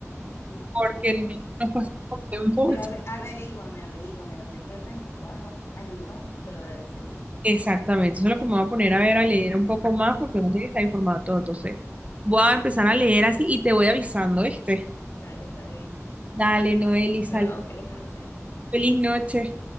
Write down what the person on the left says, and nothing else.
sí,
por favor.
Pero ave- averíguame, averíguame lo que sepas y me puedas ayudar, te lo agradecería.
Vale, está bien.
Chao,
feliz noche.